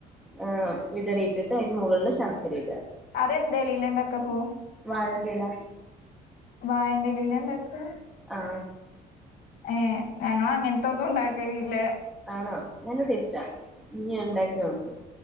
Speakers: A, in the centre; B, on the left.
A: ആ് വിതറിയിട്ടിട്ട് അതിന് മുകളിൽ ശർക്കര ഇട
B: അതെന്താ ലീലണ്ടൊക്കെ പോ
A: വാഴ്ന്റല
B: വായന്റെലീല ഇണ്ടാക്ക
A: ആ
B: ഏ ഞങ്ങൾ അങ്ങനത്തെ ഒന്നും ഉണ്ടാക്കലില്ല
A: ആണോ നല്ല ടേസ്റ്റാ ഇന ഉണ്ടാക്കി നോക്ക്